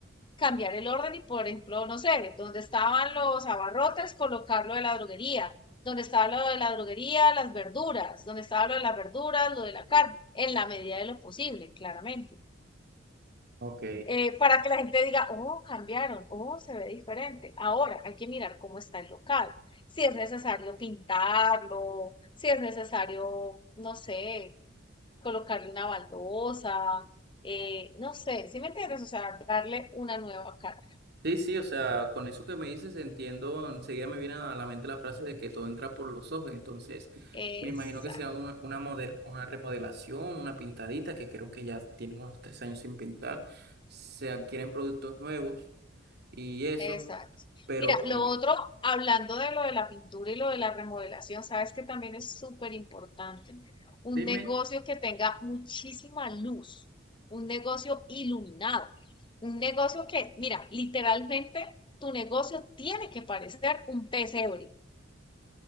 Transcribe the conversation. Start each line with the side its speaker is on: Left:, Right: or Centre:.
Left: cambiar el orden y, por ejemplo, no sé, donde estaban los abarrotes, colocar lo de la droguería, donde estaba lo de la droguería, las verduras, donde estaba lo de las verduras, lo de la carne, en la medida de lo posible, claramente.
Right: Ok.
Left: Eh, para que la gente diga, oh, cambiaron, oh, se ve diferente. Ahora hay que mirar cómo está el local, si es necesario pintarlo, si es necesario, no sé, colocarle una baldosa, eh, no sé, si me entiendes? O sea, darle una nueva cara.
Right: Sí, sí, o sea, con eso que me dices entiendo, enseguida me viene a la mente la frase de que todo entra por los ojos, entonces
Left: Esa
Right: me imagino que será una, una, model, una remodelación, una pintadita, que creo que ya tienen unos tres años sin pintar, se adquieren productos nuevos y eso,
Left: Exacto.
Right: pero
Left: Mira, lo
Right: mm,
Left: otro, hablando de lo de la pintura y lo de la remodelación, sabes que también es súper importante un
Right: dime,
Left: negocio que tenga muchísima luz, un negocio iluminado, un negocio que, mira, literalmente tu negocio tiene que parecer un pesebre.